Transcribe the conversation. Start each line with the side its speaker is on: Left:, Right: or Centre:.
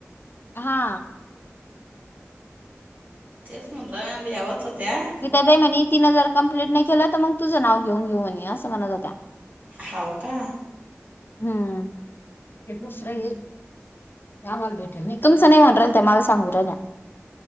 Left: हा.
Right: तेच म्हणलं देवत होत्या <unintelligible>
Left: गीता ताई म्हणी तीन जर कंप्लिट नाय केली तर मग तुज नाव घेऊन घेऊन येई असं म्हणतं होत्या. <unintelligible>
Right: हाव का.
Left: हम्म हे
Right: हम्म
Left: तश्र. ला भेटेल मी तुमचं नाही म्हण राल ते मला सांगू रा्या.